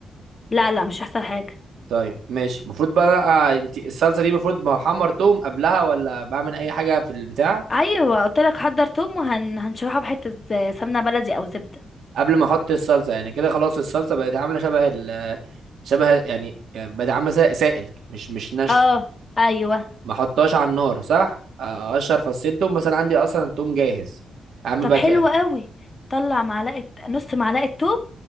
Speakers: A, on the left; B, on the right.
A: لا لا مش هيحصل حاجه
B: طيب ماشي المفروض بقى آه، انت الصلصه دي المفروض بحمر توم قبلها ولا بعمل اي حاجه في البتاع
A: ايوه قلت لك حضر توم وهن هنشرحه بحته ز- سمنه بلدي او زبده
B: قبل ما احط الصلصه يعني كده خلاص الصلصه بقت عامله شبه ال شبه يعني يعني بقت عامله سا- سائل مش مش ناشفه
A: اه ايوه
B: ما احطهاش على النار صح آه، اقشر فصين توم بس انا عندي اصلا التوم جاهز يا عم
A: طب
B: بقى
A: حلو
B: كده
A: قوي طلع معلقه نص معلقه توم